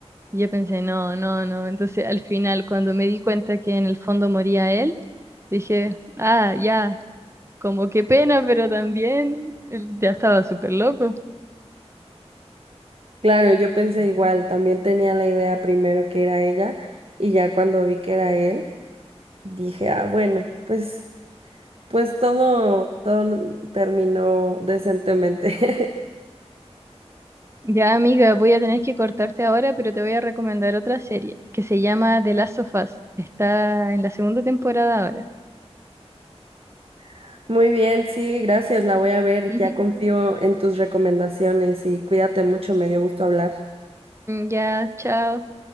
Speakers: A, on the right (about 25°); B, on the right (about 55°).
A: Y Yo pensé, no, no, no. Entonces al final, cuando me di cuenta que en el fondo moría él, dije, ah, ya, como qué pena, pero también eh, ya estaba súper loco.
B: Claro, yo pensé igual, también tenía la idea primero que era ella y ya cuando vi que era él. Dije, ah, bueno, pues, pues todo, todo terminó decentemente.
A: Ya, amiga, voy a tener que cortarte ahora, pero te voy a recomendar otra serie que se llama The Last of Us. Está en la segunda temporada ahora.
B: <laughs> Muy bien, sí, gracias, la voy a ver.
A: <laughs> Ujú.
B: Ya confío en tus recomendaciones y cuídate mucho, me dio gusto hablar.
A: Ya, chao.